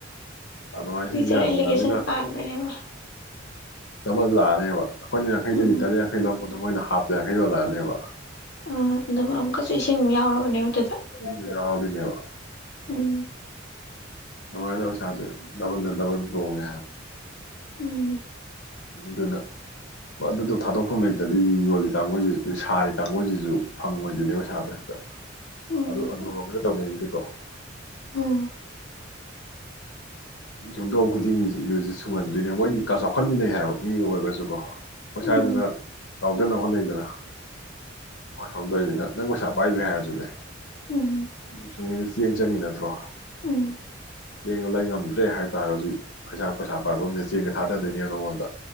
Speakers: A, on the left; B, on the left.
A: ꯑꯗꯨꯃꯥꯏꯅ
B: ꯅꯆꯔ
A: ꯁꯤꯡꯁꯦ ꯌꯥꯟꯁꯤꯜꯂꯛꯑꯃꯤꯅ
B: ꯑꯦꯂꯤꯒꯦꯁꯟ ꯄꯥꯟꯕꯅꯦꯕ
A: ꯗꯕꯜ ꯂꯥꯛꯑꯅꯦꯕ ꯑꯩꯈꯣꯏꯅ ꯌꯥꯡꯈꯩꯗ
B: ꯎꯝ
A: ꯂꯤꯇꯔ ꯌꯥꯡꯈꯩ ꯂꯧꯔꯛꯄꯗ ꯃꯣꯏꯅ ꯍꯥꯞꯇ ꯌꯥꯡꯈꯩ ꯌꯣꯜꯂꯛꯑꯅꯦꯕ
B: ꯑꯥ ꯑꯗꯨꯒ ꯑꯃꯨꯛꯀꯁꯨ ꯏꯁꯤꯡ ꯑꯃꯨꯛ ꯌꯥꯎꯔꯕꯅꯦꯕ ꯑꯗꯨꯗ
A: ꯇꯣꯗ꯭ꯔꯕꯤꯅꯦꯕ
B: ꯎꯝ
A: ꯑꯗꯨꯃꯥꯏꯅ ꯄꯩꯁꯥꯥꯁꯦ ꯗꯕꯟꯗ ꯗꯕꯟ ꯇꯣꯡꯉꯦ
B: ꯎꯝ
A: ꯗꯨꯅ ꯍ ꯑꯗꯨꯗꯣ ꯊꯥꯗꯣꯛꯐꯝ ꯂꯩꯇ꯭ꯔꯗꯤ ꯌꯣꯜꯂꯤ ꯀꯥꯡꯕꯨꯁꯤ ꯁꯥꯔꯤ ꯀꯥꯡꯕꯨꯁꯤꯁꯨ ꯐꯪꯉꯣꯏꯗꯣꯏꯅꯦꯕ ꯄꯩꯁꯥꯗ ꯍꯦꯛꯇ
B: ꯎꯝ
A: ꯑꯗꯨ ꯑꯉꯒ ꯇꯧꯅ ꯌꯦꯗꯤꯀꯣ
B: ꯎꯝ
A: ꯌꯨꯝꯊꯣꯡ ꯈꯨꯗꯤꯡꯒꯤ ꯌꯨꯁꯤ ꯁꯨꯡꯍꯟꯗꯣꯏꯅꯦ ꯃꯣꯏꯗꯤ ꯀ ꯆꯥꯎꯈꯠꯃꯤꯟꯅꯩ ꯕ ꯃꯤ ꯑꯣꯏꯔꯁꯨꯀꯣ ꯑꯩꯣꯏ ꯁ꯭ꯋꯥꯏꯗꯅ
B: ꯎꯝ
A: ꯌꯥꯎꯗꯅꯕ ꯍꯣꯠꯅꯩꯗꯅ ꯃꯥ ꯁꯣꯝꯗꯧꯅꯤ ꯅꯪ ꯅꯪ ꯄꯩꯁꯥ ꯄꯥꯏꯗ꯭ꯔꯦ ꯍꯥꯏꯔꯁꯨꯅꯦ
B: ꯎꯝ
A: ꯁꯨꯝ ꯏꯅ ꯌꯦꯡ ꯆꯪꯉꯤ ꯅꯠꯇ꯭ꯔꯣ
B: ꯎꯝ
A: ꯆꯦꯡꯒ ꯂꯩ ꯉꯝꯗ꯭ꯔꯦ ꯍꯥꯏꯕꯇꯥꯔꯒꯗꯤ ꯀꯩꯁꯥ ꯄꯩꯁꯥ ꯄꯥꯏꯕ ꯑꯃꯅꯦ ꯆꯦꯡꯒ ꯊꯥꯗꯣꯏꯅꯦꯕ ꯅꯉꯣꯟꯗ